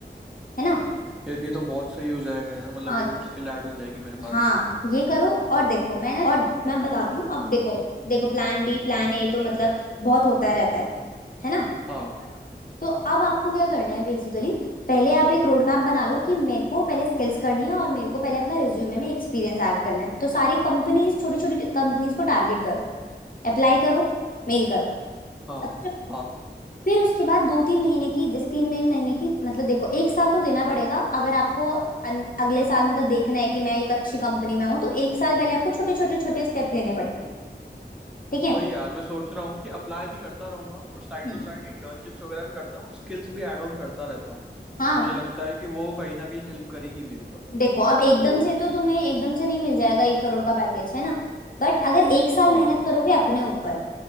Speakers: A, on the left; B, in the centre.
A: है ना
B: यार ये तो बहुत सही हो जाएगा यार मतलब
A: हाँ
B: एक और स्किल ऐड हो जाएगी मेरे पास
A: हाँ ये करो और देखो मैं ना और मैं बताती हूँ अब देखो देखो प्लान बी प्लान ए तो मतलब बहुत होता रहता है है ना
B: हाँ
A: तो अब आपको क्या करना है बेसिकली पहले आप एक रोड मैप बना लो कि मेरे को पहले स्किल्स करनी है और मेरे को पहले अपना रिज्यूमे में एक्सपीरियंस ऐड करना है तो सारी कंपनीज छोटी छोटी कंपनीज को टारगेट करो अप्लाई करो मेल करो
B: हाँ
A: समझो
B: हाँ
A: फिर उसके बाद दो तीन महीने की जैसे तीन तीन महीने की मतलब देखो एक साल तो देना पड़ेगा अगर आपको अन- अगले साल मतलब देखना है कि मैं एक अच्छी कंपनी में हूँ तो एक साल पहले आपको छोटे छोटे छोटे स्टेप लेने पड़ेंगे ठीक है
B: वही यार मैं सोच रहा हूँ कि अप्लाई भी करता रहूंगा और साइड
A: हम्म
B: बाय साइड इंटर्नशिप्स वगैरह भी करता हूँ स्किल्स भी ऐड ऑन करता रहता हूँ
A: हाँ
B: तो मुझे लगता है कि वो कहीं ना कहीं हेल्प करेगी मेरे पर
A: देखो अब एकदम
B: तो
A: से तो तुम्हें एकदम से नहीं मिल जाएगा एक करोड़ का पैकेज है ना बट अगर एक साल
B: हाँ
A: मेहनत करोगे अपने ऊपर